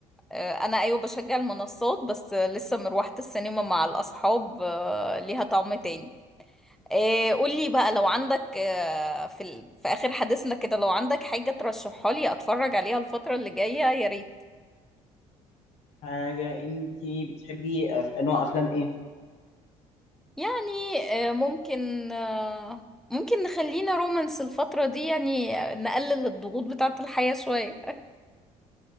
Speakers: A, in the centre; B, on the left.
A: آه، انا ايوه بشجع المنصات بس آه، لسه مروحة السينما مع الاصحاب آه، ليها طعم تاني آه، قولي بقى لو عندك آه، في ال... في اخر حديثنا كده لو عندك حاجة ترشحها لي اتفرج عليها الفترة اللي جاية يا ريت
B: حاجه انت بتحبي أف- نوع افلام ايه
A: يعني آه، ممكن آه، ممكن نخلينا رومانس الفترة دي يعني آه، نقلل الضغوط بتاعة الحياة شوية